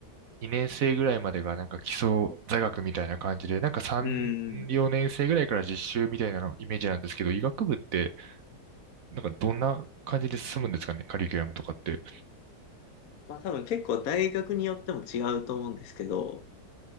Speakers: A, on the right (about 60°); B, on the left (about 60°).
A: 2年生ぐらいまでがなんか基礎座学みたいな感じで、なんか3、
B: うん。
A: 4年生ぐらいから実習みたいなのイメージなんですけど、医学部って、なんかどんな感じで進むんですかね、カリキュラムとかって。
B: まあ多分結構大学によっても違うと思うんですけど、